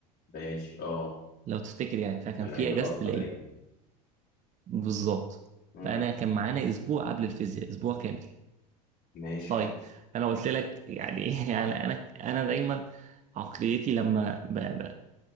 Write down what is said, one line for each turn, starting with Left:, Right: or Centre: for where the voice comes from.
Left: ماشي اه
Right: لو تفتكر يعني فكان
Left: كان
Right: في
Left: عيد
Right: اجازه
Left: الأضحى
Right: العيد
Left: باين
Right: بالظبط
Left: مم.
Right: فانا كان معانا اسبوع قبل الفيزياء اسبوع كامل
Left: ماشي
Right: طيب
Left: حلو
Right: انا قلت لك يعني <laughs> يعني انا انا دايما عقليتي لما ب... ب...